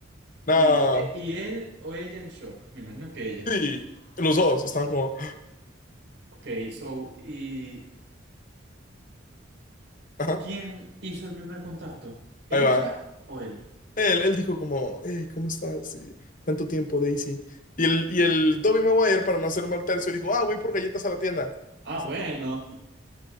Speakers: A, on the left (about 45°); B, on the right (about 75°).
A: Nada.
B: Y, e- y él o ella en shock, me imagino que ella.
A: Y los dos estaban como,
B: Ok, so, ¿y
A: ajá,
B: quién hizo el primer contacto? ¿Ella
A: ahí va,
B: o él?
A: Él, él dijo como, hey, ¿cómo estás? Y, Tanto tiempo, Daisy. Y el, y el Tobey Maguire, para no hacer mal tercio, dijo, ah, voy por galletas a la tienda.
B: Ah,
A: Y se
B: bueno.
A: fue.